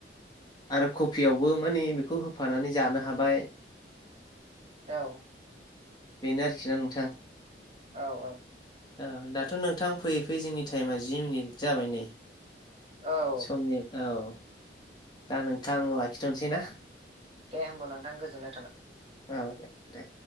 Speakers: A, on the left (about 25°); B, on the right (about 30°).
A: आरो कफियावबो माने बेखौ होफानानै जानो हाबाय
B: औ
A: बेनो आरोखिना नोंथां
B: औ-औ
A: औ दाथ' नोंथां फैयै फैयै जोंनि टाइमा जि मिनिट जाबाय नै
B: औ
A: समनि औ दा नोंथां लाखिथ'सै ना
B: दे होमबा नोंथां गोजोननाय थाबाय
A: औ देे-दे